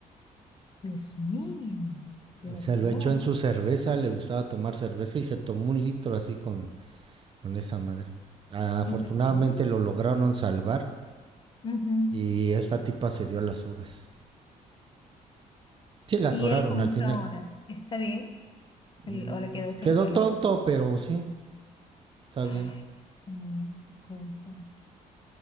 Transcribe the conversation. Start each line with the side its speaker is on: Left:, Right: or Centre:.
Left: Dios mío, qué horror,
Right: Se lo echó en su cerveza, le gustaba tomar cerveza y se tomó un litro así con, con esa madre. Afortunadamente
Left: Dios mío.
Right: lo lograron salvar
Left: Ujú.
Right: y esta tipa se dio a las fugas. Sí, la atoraron
Left: ¿Y él cómo
Right: al
Left: está
Right: final.
Left: ahora? ¿Está bien?
Right: Mm,
Left: ¿El- ¿O le quedó secuelas
Right: Quedó tonto,
Left: de...
Right: pero sí, está
Left: Ay,
Right: bien.
Left: niño, qué cosas.